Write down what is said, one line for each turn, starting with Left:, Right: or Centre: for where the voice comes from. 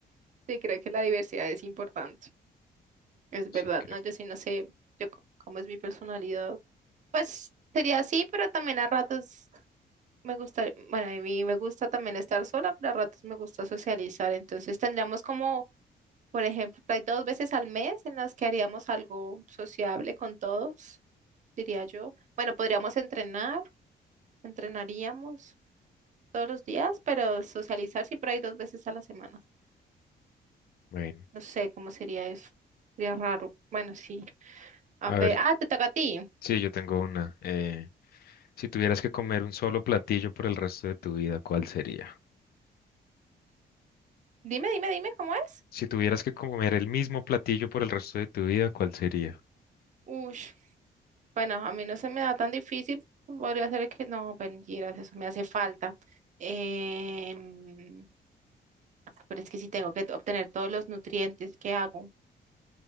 Right: Sí, creo que la diversidad es importante. Es
Left: Sí,
Right: verdad,
Left: creo.
Right: ¿no? Yo sí no sé yo, c- cómo es mi personalidad. Pues sería así, pero también a ratos me gusta, bueno, a mí me gusta también estar sola, pero a ratos me gusta socializar. Entonces tendríamos como Por ejemplo, hay dos veces al mes en las que haríamos algo sociable con todos, diría yo. Bueno, podríamos entrenar, entrenaríamos todos los días, pero socializar sí, pero hay dos veces a la semana.
Left: Bueno,
Right: No sé cómo sería eso. Sería raro. Bueno, sí. A
Left: a
Right: ver,
Left: ver,
Right: ah, te toca a ti.
Left: sí, yo tengo una. Eh, si tuvieras que comer un solo platillo por el resto de tu vida, ¿cuál sería?
Right: Dime, dime, dime cómo es.
Left: Si tuvieras que comer el mismo platillo por el resto de tu vida, ¿cuál sería?
Right: Uy, bueno, a mí no se me da tan difícil. Podría ser que no, mentiras, eso me hace falta. Em, pero es que sí tengo que obtener todos los nutrientes que hago.